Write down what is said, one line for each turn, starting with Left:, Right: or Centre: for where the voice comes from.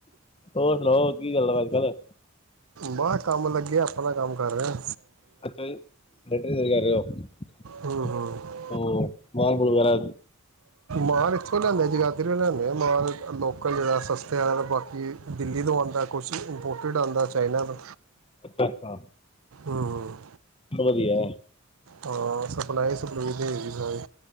Left: ਹੋਰ ਸੁਣਾਓ ਕੀ ਗੱਲ ਐ ਅੱਜਕਲ,
Right: ਬਾਹਰ ਕੰਮ ਲੱਗੇ ਆ ਆਪਣਾ ਕੰਮ ਕਰ ਰਿਹਾ ਆ।
Left: <unintelligible>
Right: ਹੂੰ ਹੂੰ
Left: ਮਾਨ ਕੁਲ ਵਰਾ,
Right: ਮਾਲ ਇੱਥੋਂ ਲਿਆਂਦੇ ਜਗਾਦਰੀ ਤੋਂ ਲਿਆਂਦੇ ਮਾਰ ਲੋਕਲ ਜਹੜਾ ਸਸਤੇ ਵਾਲ ਬਾਕੀ ਦਿੱਲੀ ਤੋਂ ਆਦਾ ਕੁਛ ਇੰਪੋਰਟਿਡ ਆਦਾ ਚਾਈਨਾ ਤੋਂ
Left: ਅੱਛਾ-ਅੱਛਾ,
Right: ਹੂੰ,
Left: ਵਧੀਆ,
Right: ਹਾਂ ਸਪਲਾਈ ਸੁਪਲਈ ਦੇ ਹੈਗੀ ਸਾਰੀ,